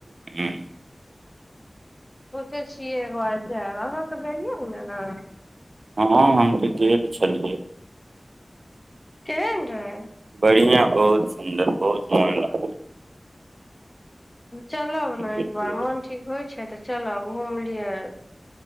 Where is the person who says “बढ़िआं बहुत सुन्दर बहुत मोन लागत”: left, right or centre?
Right